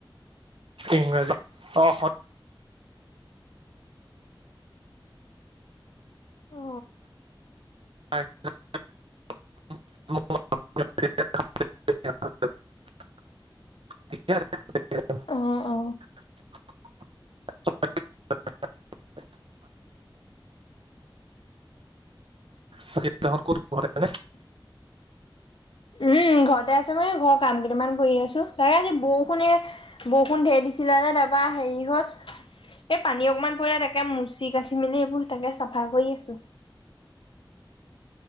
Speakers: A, on the right (about 80°); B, on the left (about 70°).
A: ইংৰাজী অ অসম
B: অ
A: <unintelligible> <unintelligible>
B: অ অ
A: <unintelligible> বাকি ত'হত ক'ত ঘৰতে নে?
B: উম ঘৰতে আছো মই ঘৰৰ কাম কেইটামান কৰি আছো তাকে আজি বৰষুণে বৰষুণ ধেৰ দিছিলা যে তাৰপা হেৰি হল এই পানী অকমান পৰিলে তাকে মুচি কাচি মেলি এইবোৰ তাকে চাফা কৰি আছো।